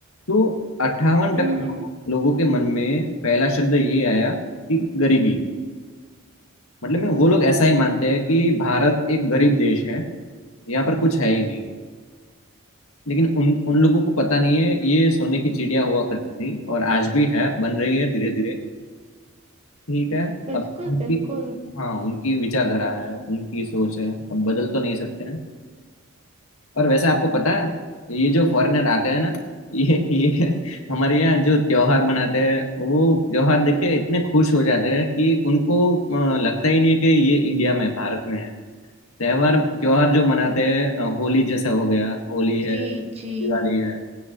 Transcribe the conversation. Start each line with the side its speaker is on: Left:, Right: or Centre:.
Left: तो अट्ठावन टका
Right: हम्म
Left: लोगों के मन में पहला शब्द ये आया कि गरीबी मतलब में वो लोग ऐसा ही मानते हैं कि भारत एक गरीब देश है यहाँ पर कुछ है ही नहीं लेकिन उन उन लोगों को पता नहीं है ये सोने की चिड़िया हुआ करती थी और आज भी है बन रही है धीरे धीरे ठीक है
Right: बिल्कुल
Left: अब उनकी
Right: बिल्कुल
Left: हाँ उनकी विचारधारा है उनकी सोच है अब बदल तो नहीं सकते हैं और वैसे आपको पता है ये जो फॉरेनर आते हैं ना ये ये हमारे यहाँ जो त्योहार मनाते हैं वो त्योहार देख के इतने खुश हो जाते हैं कि उनको अ, लगता ही नहीं है कि ये इंडिया में भारत में है त्योहार त्योहार जो मनाते हैं अ, होली जैसा हो गया होली
Right: जी
Left: है
Right: जी
Left: दिवाली है